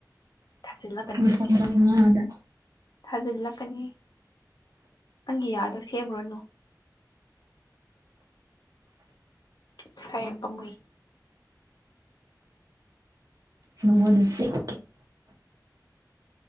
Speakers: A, on the left; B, on the right.
A: ꯊꯥꯖꯤꯜꯂꯛꯀꯅꯤ
B: ꯂꯨꯄꯥ ꯃꯉꯥꯗ
A: ꯊꯥꯖꯤꯜꯂꯛꯀꯅꯤ ꯅꯪꯒꯤꯌꯥꯗꯣ ꯁꯦꯝꯃꯨꯔꯅꯨ ꯄꯩꯁꯥ ꯌꯥꯝ ꯂꯧꯏ
B: ꯅꯣꯡꯉ ꯁꯤꯛ